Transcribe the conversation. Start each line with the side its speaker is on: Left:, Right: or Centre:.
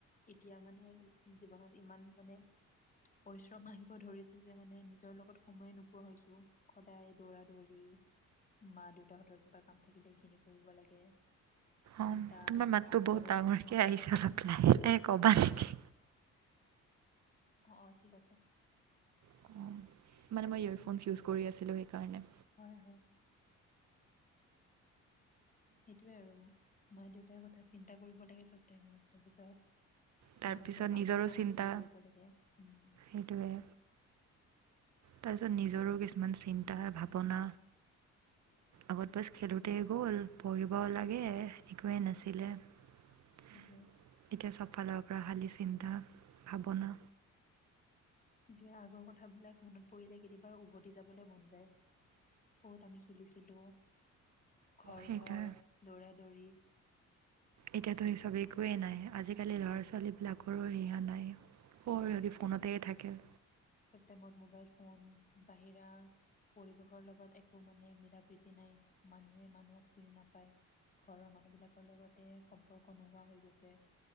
Left: এতিয়া মানে, জীৱনত ইমান মানে পৰিশ্ৰম আহিব ধৰিছে যে মানে, নিজৰ লগত সময় নোপোৱা হৈছো। সদায় দৌৰা-দৌৰি, মা দেউতাহঁতৰ কিবা কাম থাকিলে সেইখিনি কৰিব লাগে।
Right: অ'!
Left: চিন্তা
Right: তোমাৰ মাততো
Left: জীৱনৰ
Right: বহুত ডাঙৰকে আহিছে অলপ, লাহেকে ক'বা নেকি?
Left: অ'! অ'! ঠিক আছে।
Right: অঁ মানে
Left: তাকে
Right: মই, ইয়েৰফোনছ
Left: আৰু
Right: ইউজ কৰি আছিলোঁ সেইকাৰণে।
Left: হয় হয় সেইটোৱে আৰু মা দেউতাৰ কথা চিন্তা কৰিব লাগে চব টাইমত। তাৰপিছত
Right: তাৰপিছত
Left: মা দেউতাৰ কামবিলাক
Right: নিজৰো
Left: আমি
Right: চিন্তা
Left: নিজে কৰিব লাগে। হুম!
Right: সেইটোৱে তাৰপিছত নিজৰো কিছুমান চিন্তা ভাৱনা, আগত বাছ খেলোঁতে গ'ল পঢ়িব লাগে একোৱেই নাছিলে। এতিয়া
Left: সেইটোৱে
Right: চবফালৰ পৰা খালি চিন্তা ভাৱনা।
Left: এতিয়া আগৰ কথাবিলাক মনত পৰিলে কেতিয়াবা উভতি যাবলৈ মন যায়। ক'ত আমি খেলিছিলোঁ। ঘৰ,
Right: সেইটোৱে
Left: ঘৰ দৌৰা দৌৰি।
Right: এতিয়াতো চব একোৱেই নাই। আজিকালি ল'ৰা ছোৱালীবিলাকৰো সেয়া নাই। অকল
Left: সেইটোৱে
Right: সিহঁতি ফোনতে থাকে।
Left: চব টাইমত মোবাইল ফোন, বাহিৰা পৰিবেশৰ লগত একো মানে মিলা প্ৰীতি নাই, মানুহে মানুহক চিনি নাপায়, ঘৰৰ মানুহ বিলাকৰ লগতে সম্পৰ্ক নোহোৱা হৈ গৈছে।